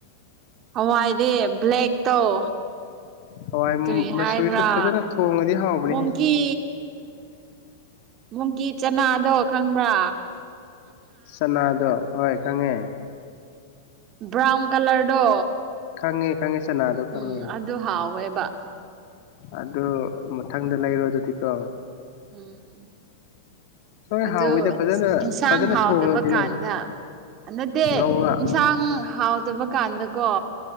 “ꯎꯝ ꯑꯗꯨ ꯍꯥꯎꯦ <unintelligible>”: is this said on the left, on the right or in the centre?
Right